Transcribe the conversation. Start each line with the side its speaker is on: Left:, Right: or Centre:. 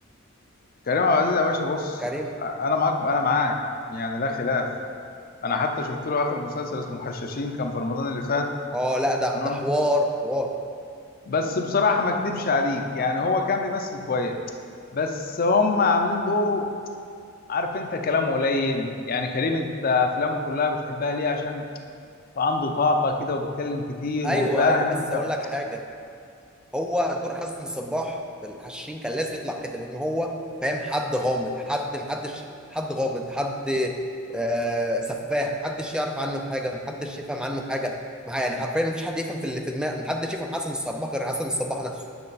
Left: كريم عبد العزيز يا باشا بص
Centre: كريم
Left: انا معاك انا معاك يعني لا خلاف انا حتى شفت له اخر مسلسل اسمه الحشاشين كان في رمضان اللي فات
Centre: اه لا ده
Left: تمام
Centre: ده حوار حوار
Left: بس بصراحه ما اكدبش عليك يعني هو كان بيمثل كويس بس هم عاملين دوره عارف انت كلامه قليل يعني كريم انت افلامه كلها بتحبها ليه عشان عنده طاقه كده وبيتكلم كتير
Centre: ايوه
Left: وفاهم
Centre: ايوه
Left: انت
Centre: بس اقول لك حاجه هو دور حسن صباح في الحشاشين كان لازم يطلع كده لان هو فاهم حد غامض حد محدش حد غامض حد آه سفاح محدش يعرف عنه حاجه محدش يفهم عنه حاجه مع- يعني حرفيا مفيش حد يفهم في اللي في دماغه محدش يفهم حسن الصباح غير حسن الصباح نفسه